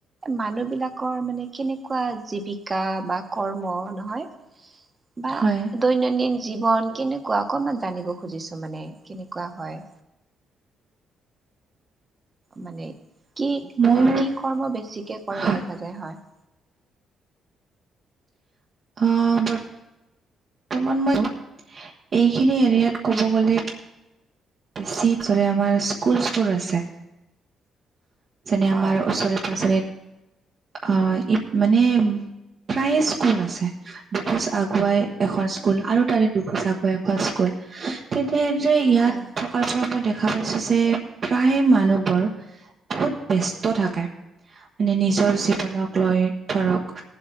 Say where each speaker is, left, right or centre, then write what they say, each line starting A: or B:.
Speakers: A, on the right; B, on the right.
A: মানুহ বিলাকৰ মানে কেনেকুৱা জীৱিকা বা কৰ্ম নহয় <inaudible> বা
B: হয়
A: দৈনন্দিন জীৱন কেনেকুৱা অকনমান জানিব খুজিছো মানে কেনেকুৱা হয়। মানে কি কি
B: মোৰ
A: কৰ্ম বেছিকে কৰা
B: হয়
A: দেখা যায়? হয়।
B: অ ব বৰ্তমান মই এইখিনি এৰিয়াত ক'ব গ'লে <unintelligible> আমাৰ স্কুলচ বোৰ আছে যেনে
A: হয়
B: আমাৰ ওচৰে-পাজৰে অ ই মানে প্ৰায়ে স্কুল আছে, দুখোজ আগুৱাই এখন স্কুল আৰু তাৰে দুখোচাকৈ এখন স্কুল, তেতিয়া যে ইয়াত
A: হয়
B: <unintelligible> পৰা মই দেখা পাইছো যে প্ৰায় মানুহবোৰ বহুত ব্যস্ত থাকে মানে নিজৰ জ জীৱনক লৈ ধৰক